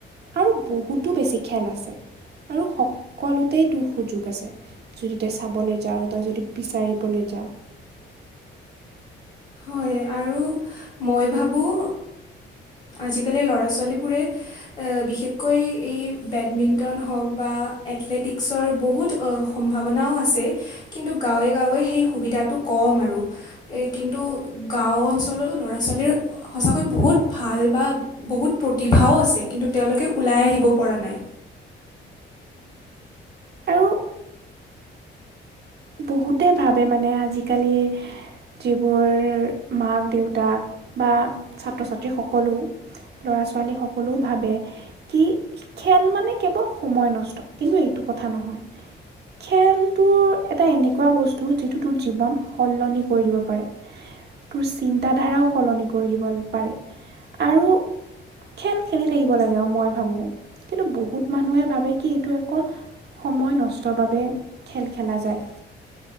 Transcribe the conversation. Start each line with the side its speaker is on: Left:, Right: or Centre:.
Right: আৰু বহুতো বেছি খেল আছে। আৰু সকলোতেই তোৰ সুযোগ আছে যদি তই চাবলৈ যা তই যদি বিচাৰিবলৈ যাওঁ।
Left: হয় আৰু মই ভাবোঁ আজিকালি ল'ৰা ছোৱালীবোৰে বিশেষকৈ এই বেডমিণ্টন হওক বা এথলেটিকছৰ বহুত সম্ভাৱনাও আছে। কিন্তু গাঁৱে গাঁৱে সেই সুবিধটোক কম আৰু এই কিন্তু গাঁও অঞ্চলৰ ল'ৰা ছোৱালীৰ সঁচাকৈ বহুত ভাল বা বহুত প্ৰতিভাও আছে। কিন্তু তেওঁলোকে ওলাই আহিব পৰা নাই।
Right: আৰু বহুতে ভাবে মানে আজিকালি যিবোৰ মাক দেউতাক বা ছাত্ৰ ছাত্ৰীসকলো ল'ৰা ছোৱালী সকলেও ভাবে কি খেল মানে কেৱল সময় নষ্ট কিন্তু এইটো নহয় খেলটো এটা এনেকুৱা বস্তু যিটো তোৰ জীৱন সলনি কৰি দিব পাৰে তোৰ চিন্তাধাৰাও সলনি কৰি দিব পাৰে আৰু খেল খেলি থাকিব লাগে আৰু মই ভাবো কিন্তু বহুত মানুহে ভাবে কি এইটো অকল সময় নষ্টৰ বাবে খেল খেলা যায়।